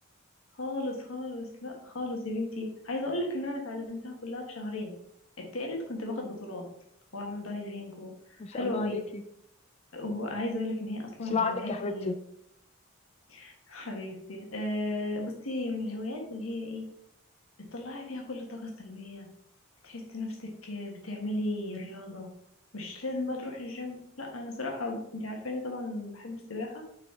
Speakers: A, on the left (about 85°); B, on the left (about 30°).
A: خالص خالص لا خالص يا بنتي عايزه اقول لك ان انا اتعلمتها كلها في شهرين التالت كنت باخد بطولات واعمل دايفنج و...
B: ما شاء
A: حلوه
B: الله
A: قوي
B: عليكي
A: وعايزه اقول لك ان هي اصلا
B: ما شاء
A: من
B: الله
A: الهوايات
B: عنك يا حبيبتي
A: اللي <laughs> حبيبتي آه بصي هي من الهوايات اللي هي ايه بتطلعي فيها كل الطاقه السلبيه بتحسي نفسك بتعملي رياضه مش لازم بقى تروحي الجيم لا انا صراحه انت عارفاني طبعا بحب السباحه